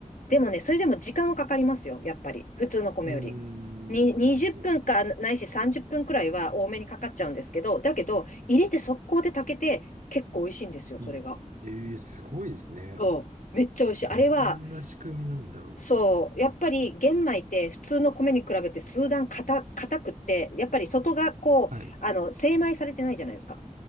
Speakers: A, on the left; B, on the right.
A: でもね、それでも時間はかかりますよ、やっぱり。普通の米より。
B: うーん、
A: に、20分かないし30分くらいは多めにかかっちゃうんですけど、
B: なるほど。
A: だけど、入れて速攻で炊けて、結構美味しいんですよ、
B: うん。
A: それが。
B: えー、すごいですね。
A: そう。めっちゃ美味しい。
B: どんな仕組みなんだろ
A: あれは、そう、やっぱり玄米って普通の米に比べて数段硬、硬くって、やっぱり外がこう、
B: う。はい。
A: あの、精米されてないじゃないですか。